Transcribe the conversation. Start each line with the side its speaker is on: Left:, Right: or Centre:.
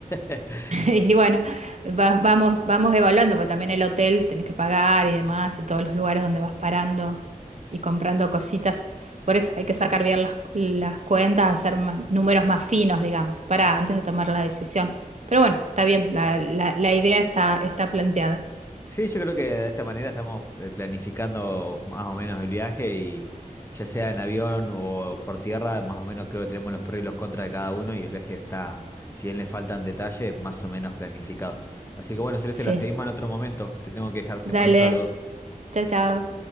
Left: <laughs>
Right: <laughs> Y bueno, va- vamos, vamos evaluando, porque también el hotel tenés que pagar y demás, y todos los lugares donde vas parando y comprando cositas. Por eso hay que sacar bien las, las cuentas, hacer ma- números más finos, digamos, para antes de tomar la decisión. Pero bueno, está bien, la, la, la idea está, está planteada.
Left: Sí, yo creo que de esta manera estamos eh, planificando más o menos el viaje y ya sea en avión o por tierra, más o menos creo que tenemos los pros y los contras de cada uno y el viaje está, si bien le faltan detalles, más o menos planificado. Así que bueno, Celeste,
Right: Sí,
Left: la seguimos en otro momento. Te tengo que dejar, te
Right: dale,
Left: mando un saludo.
Right: chao, chao.